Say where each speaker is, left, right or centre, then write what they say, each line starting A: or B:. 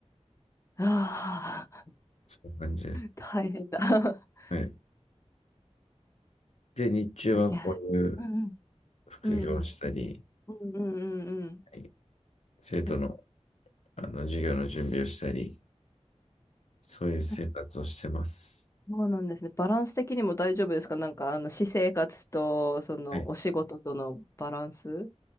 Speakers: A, on the left (about 25°); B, on the left (about 70°).
A: ああ。
B: そんな感じで。
A: 大変だ。<laughs>
B: はい。で、日中はこういう
A: だけうん
B: 副業をしたり、
A: うんうん。うんうんうんうん。
B: はい生徒の、
A: やっ
B: あの授業の準備をしたり、そういう生活をしてます。
A: ぱそうなんですね。バランス的にも大丈夫ですかなんか、あの、私生活と、その、
B: はい。
A: お仕事とのバランス